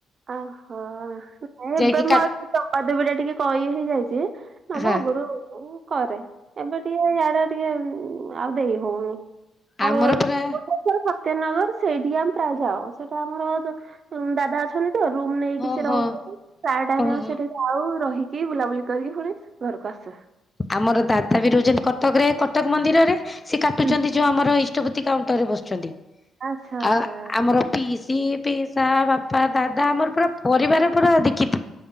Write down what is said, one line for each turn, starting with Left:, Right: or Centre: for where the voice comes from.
Right: ଓହୋ ନାଇଁ
Left: ଯାଇକି
Right: ଏବେ
Left: କା
Right: ମୁଁ ଆଉ ଦବା ଦବି ଟା ଟିକେ କହି ହେଇ ଯାଇଚି। ନହେଲେ
Left: ହଁ
Right: ଆଗରୁ ଉଁ କରେ ଏବେ ଟିକେ ଇଏଡେ ଟିକେ ଆଉ ଦେଇ ହଉନି। ଆଉ
Left: ଆମର
Right: ଭୁବନେଶ୍ଵର
Left: ପୁରା
Right: ସତ୍ ସତ୍ୟନଗର ସେଇଠି ଆମ ପ୍ରାୟ ଯାଉ ସେଇଠି ଆମର ତ ଦାଦା ଅଛନ୍ତି। ତ ରୁମ ନେଇକି
Left: ହଁ
Right: ସେ
Left: ହଁ
Right: ରହୁଛନ୍ତି ପ୍ରାୟ ଟାଇମ୍
Left: ହଁ
Right: ଆମେ
Left: ହଁ।
Right: ସେଠି ଜାଉ ରହିକି ବୁଲାବୁଲି କରିକି ପୁଣି ଘରକୁ ଆସୁ।
Left: ଆମର ଦାଦା ବି ରହୁଚନ୍ତି କଟକରେ କଟକ ମନ୍ଦିରରେ ସେ କାଟୁଚନ୍ତି
Right: ହୁଁ
Left: ଯୋଉଁ ଆମର ଇଷ୍ଟଭୃତି କାଉଣ୍ଟର ରେ ବସୁଚନ୍ତି
Right: ଆଚ୍ଛା ଆଚ୍ଛା
Left: ଆଉ ଆମର ପିସି ପିସା ବାପା ଦାଦା ଆମର ପୁରା ପରିବାର ପୁରା ଦୀକ୍ଷିତ